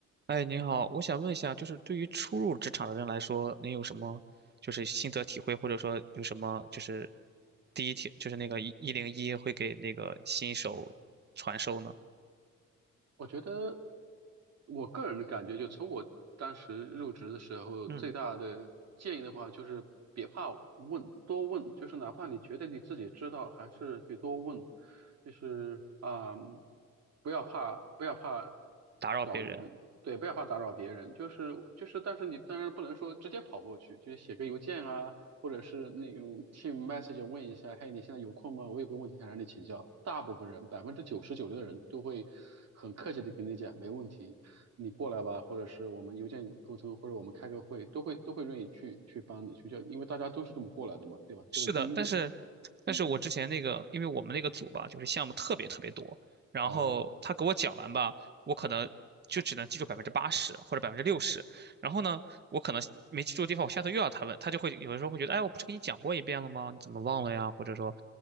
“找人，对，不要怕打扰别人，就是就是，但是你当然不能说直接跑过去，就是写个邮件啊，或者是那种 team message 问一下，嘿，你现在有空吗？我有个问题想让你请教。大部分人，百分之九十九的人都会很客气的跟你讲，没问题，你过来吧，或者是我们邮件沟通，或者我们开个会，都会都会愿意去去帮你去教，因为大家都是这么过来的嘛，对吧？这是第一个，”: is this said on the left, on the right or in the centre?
Right